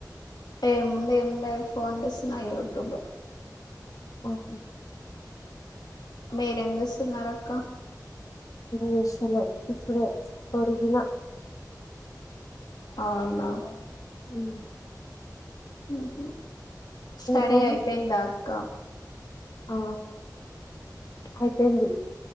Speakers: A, on the left (about 70°); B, on the left (about 55°).
A: ఏముంది ఏంలేదు ఫోన్ చేస్తున్నా యూట్యూబ్
B: ఓహో
A: మీరేం చేస్తున్నారు అక్క
B: యషల ఇప్పుడే ఒరిగినలా
A: అవునా
B: హమ్
A: మ్మ్ స్టడీ
B: కర్రీ
A: అయిపోయింద క
B: ఆ అయిపోయింది